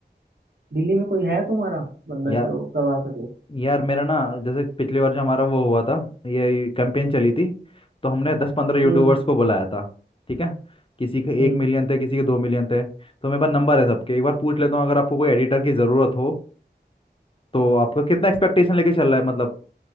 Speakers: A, on the right; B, on the left.
A: दिल्ली में कोई है तुम्हारा बंदा
B: यार
A: जो करवा सके
B: यार मेरा ना जैसे पिछली बार जो हमारा वो हुआ था ये कैंपेन चली थी तो हमने दस पंद्रह यूट्यूबर्स
A: हम्म हम्म
B: को बुलाया था ठीक है किसी के
A: हम्म
B: एक मिलियन थे किसी के दो मिलियन थे तो मेरे पास नंबर है सबके एक बार पूछ लेता हूँ अगर आपको कोई एडिटर की ज़रूरत हो तो आपका कितना एक्सपेक्टेशन लेके चल रहा है मतलब